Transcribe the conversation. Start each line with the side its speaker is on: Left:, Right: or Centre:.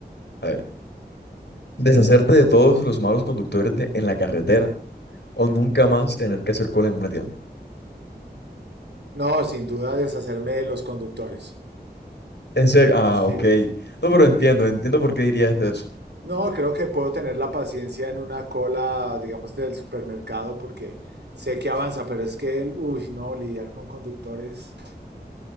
Left: A ver, deshacerte de todos los malos conductores de- en la carretera o nunca más tener que hacer cola en una tienda.
Right: No, sin duda deshacerme de los conductores.
Left: En serio, ah,
Right: Sí.
Left: ok. No, pero
Right: ¿Por
Left: entiendo,
Right: qué?
Left: entiendo por qué dirías de eso.
Right: No, creo que puedo tener la paciencia en una cola, digamos, del supermercado porque sé que avanza, pero es que, el- uy, no, lidiar con conductores,